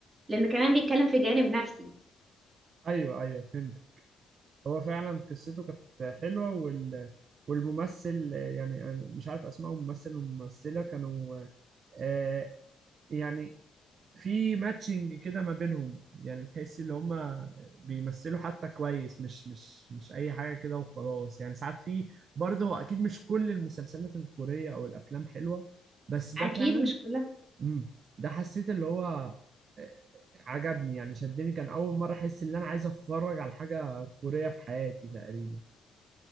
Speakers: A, on the right; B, on the right.
A: لان كمان بيتكلم في جانب نفسي
B: أيوه أيوه فهمت هو فعلا قصته كانت حلوة وال... والممثل يعني أنا مش عارف أسماء الممثل والممثلة كانوا آه، يعني في ماتشنج كده ما بينهم يعني تحس ان هما بيمثلوا حتى كويس مش مش مش اي حاجه كده وخلاص يعني ساعات في برضه اكيد مش كل المسلسلات الكوريه او الافلام حلوه بس ده
A: اكيد
B: فعلا
A: مش كلها
B: امم ده حسيت اللي هو آه، عجبني يعني شدني كان اول مره احس ان انا عايز اتفرج على حاجه كوريه في حياتي تقريبا